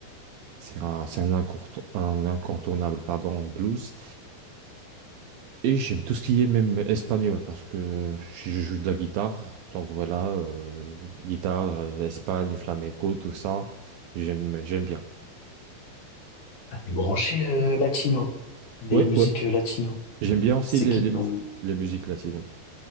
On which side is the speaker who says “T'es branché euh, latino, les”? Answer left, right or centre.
Left